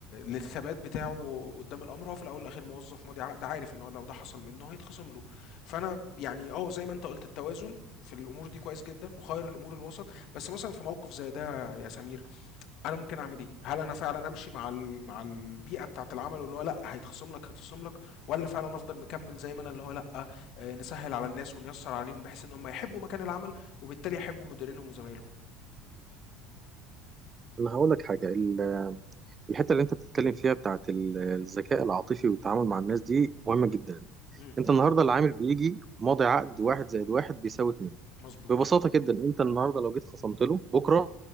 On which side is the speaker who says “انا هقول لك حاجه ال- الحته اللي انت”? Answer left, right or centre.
Right